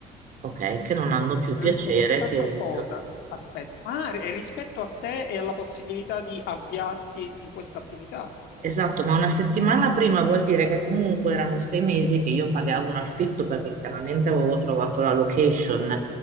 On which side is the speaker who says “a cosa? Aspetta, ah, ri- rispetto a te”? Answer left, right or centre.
Left